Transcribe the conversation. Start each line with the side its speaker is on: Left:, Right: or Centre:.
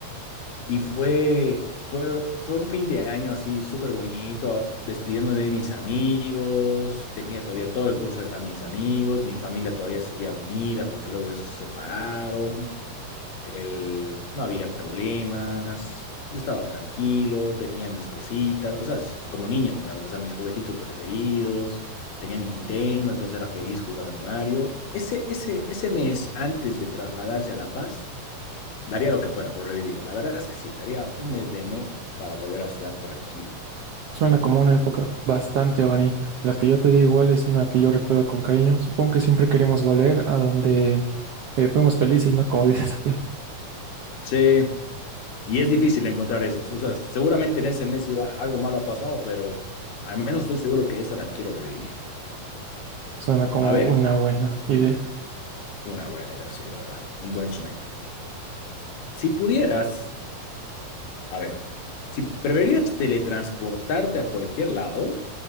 Left: Y fue, fue, fue un fin de año así súper bonito, despidiéndome de mis amigos. Tenía todavía todo el curso, eran mis amigos, mi familia todavía seguía unida porque luego de eso se separaron el- no había problemas, yo estaba tranquilo, tenía mis cositas, o sea, s- como niño, digamos, o sea, mis juguetitos preferidos, tenía mi Nintendo, entonces era feliz jugando Mario. Ese, ese, ese mes antes de trasladarse a La Paz, daría lo que fuera por revivirlo. La verdad es que sí, daría un mes de me para volver a estar tranquilo.
Right: Suena como una época bastante bonita. La que yo te digo igual es una que yo recuerdo con cariño. Supongo que siempre queremos volver a donde eh, fuimos felices, ¿no? Como <laughs> dices
Left: Sí, y es difícil encontrar esos, o sea, seguramente en ese mes iba- algo malo ha pasado, pero al menos estoy seguro que esa la quiero revivir.
Right: Suena como
Left: A ver.
Right: una buena idea.
Left: Una buena idea, sí, la verdad. Un buen sueño. Si pudieras, a ver, si preferirías teletransportarte a cualquier lado